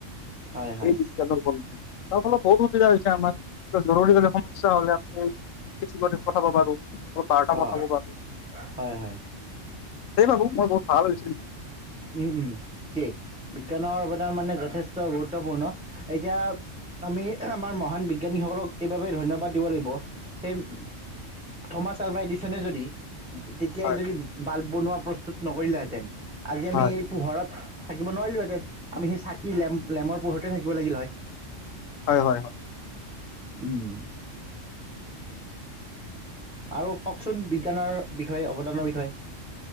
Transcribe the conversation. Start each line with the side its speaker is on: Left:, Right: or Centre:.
Centre: হয় হয়
Left: এই বিজ্ঞানৰ ফল, তাৰ ফলত বহুত সুবিধা হৈছে আমাৰ। জৰুৰীকালীন সমস্যা হ'লে আমি কৰি পঠাব পাৰোঁ। মই বাৰ্তা পঠাব
Centre: অঁ
Left: পাৰোঁ। সেয়ে
Centre: হয় হয়
Left: ভাবোঁ, মই বহুত ভাল হৈছিল।
Centre: উম উম, ঠিকেই। বিজ্ঞানৰ অৱদান মানে যথেষ্ট গুৰুত্বপূৰ্ণ। এতিয়া আমি আমাৰ মহান বিজ্ঞানীসকলক এইবাবে ধন্যবাদ দিব লাগিব। এই থমাছ আলভা এডিচনে যদি তেতিয়াই
Left: হয়
Centre: যদি বাল্ব বনোৱা প্ৰস্তুত নকৰিলেহেঁতেন, আজি আমি
Left: হয়
Centre: এই পোহৰত থাকিব নোৱাৰিলোহেঁতেন, আমি সেই চাকি-লেম্প লেমৰ পোহৰতে থাকিব লাগিল হয়।
Left: হয় হয় হয়
Centre: উম। আৰু কওকচোন বিজ্ঞানৰ বিষয়ে, অৱদানৰ বিষয়ে।